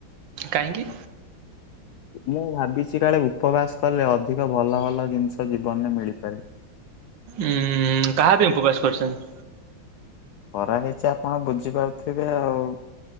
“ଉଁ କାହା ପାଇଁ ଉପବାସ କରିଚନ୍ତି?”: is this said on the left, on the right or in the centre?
Right